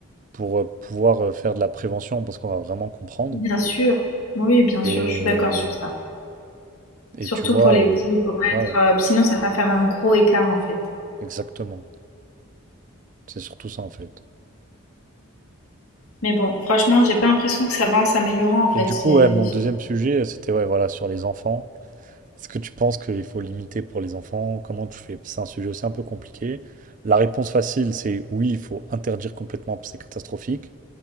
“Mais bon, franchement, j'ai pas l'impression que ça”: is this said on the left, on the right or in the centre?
Left